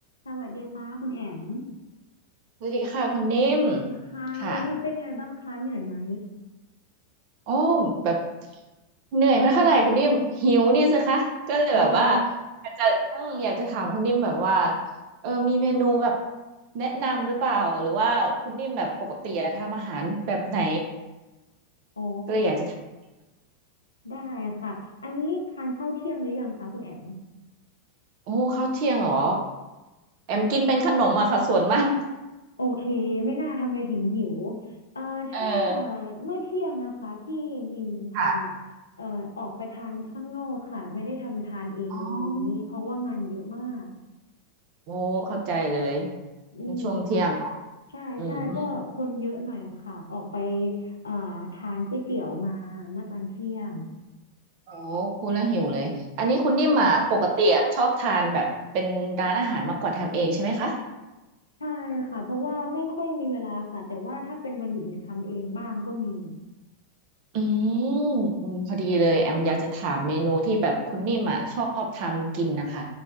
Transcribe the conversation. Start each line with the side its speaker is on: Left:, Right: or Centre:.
Left: สวัสดีค่ะคุณแอม
Right: สวัสดีค่ะคุณนิ่ม
Left: ค่ะวันนี้เป็นไงบ้างคะเหนื่อยไหม
Right: ค่ะโอ้แบบเหนื่อยมาเท่าไหร่คุณนิ่มหิวนี่สิคะก็เลยแบบว่า
Left: อ๋อยัง
Right: อยากจะอืมอยากจะถามคุณนิ่มแบบว่าเออมีเมนูแบบแนะนำหรือเปล่าหรือว่าคุณนิ่มแบบปกติอะทำอาหารแบบไหน
Left: อ๋อ
Right: ก็เลยอยากจะถาม
Left: ได้ค่ะอันนี้ทานข้าวเที่ยงหรือยังคะคุณแอม
Right: โอ้ข้าวเที่ยงเหรอแอมกินเป็นขนมอะค่ะส่วนมาก
Left: โอเคไม่น่าทำไมถึงหิวเอ่อถ้า
Right: เออ
Left: เมื่อเที่ยงนะคะที่ยิมทานเนี่ยเอ่อออกไปทานข้างนอกค่ะไม่ได้ทำทานเองวันนี้เพราะว่างานเยอะมาก
Right: ค่ะอ๋อโอ้เข้าใจเลย
Left: อืม
Right: ช่วงเที่ยงเหรอ
Left: ใช่ใช่ก็คนเยอะหน่อยค่ะออกไป
Right: อืม
Left: เอ่อทานก๋วยเตี๋ยวมาเมื่อตอนเที่ยง
Right: โอ้พูดแล้วหิวเลยอันนี้คุณนิ่มอ่ะปกติอะชอบทานแบบเป็นร้านอาหารมากกว่าทำเองใช่ไหมคะ
Left: อืม ใช่ค่ะเพราะว่าไม่ค่อยมีเวลาค่ะแต่ว่าถ้าเป็นวันหยุดเนี่ยทำเองบ้างก็มี
Right: อืมอืมพอดีเลยแอมอยากจะถามเมนูที่แบบคุณนิ่มอ่ะชอบทำกินนะคะ